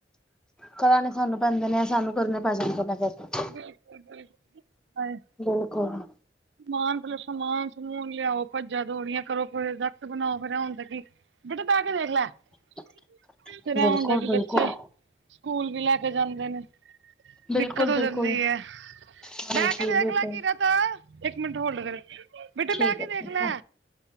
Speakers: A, in the centre; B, on the right.
A: ਕਰਾਣੇ ਸਾਨੂੰ ਪੈਂਦੇ ਨੇ, ਸਾਨੂੰ ਕਰਨੇ ਪੈ ਜਾਂਦੇ ਨੇ ਫਿਰ।
B: ਬਿਲਕੁਲ ਬਿਲਕੁਲ।
A: ਬਿਲਕੁਲ।
B: ਸਮਾਨ ਮਤਲਬ ਸਮਾਨ ਸਮੂਨ ਲਿਆਓ, ਭੱਜਾਂ ਦੌੜੀਆਂ ਕਰੋ, ਪ੍ਰੋਜੈਕਟ ਬਣਾਓ ਫੇਰ <inaudible> <unintelligible>
A: <unintelligible>
B: ਫਿਰ ਐ
A: ਬਿਲਕੁਲ-ਬਿਲਕੁਲ,
B: ਹੁੰਦਾ ਕਿ ਬੱਚੇ ਸਕੂਲ ਵੀ ਲੈ ਕੇ ਜਾਂਦੇ ਨੇ।
A: ਬਿਲਕੁਲ-ਬਿਲਕੁਲ
B: ਦਿੱਕਤ ਹੋ ਜਾਂਦੀ ਐ
A: ਹਾਂਜੀ
B: ਬੈ ਕੇ ਦੇਖ
A: ਬਿਲਕੁਲ
B: ਲੈ ਕੀ ਕਰ ਇੱਕ ਮਿੰਟ ਹੋਲਡ ਕਰੇ
A: ਠੀਕ ਹੈ ਠੀਕ
B: ਓ
A: ਹੈ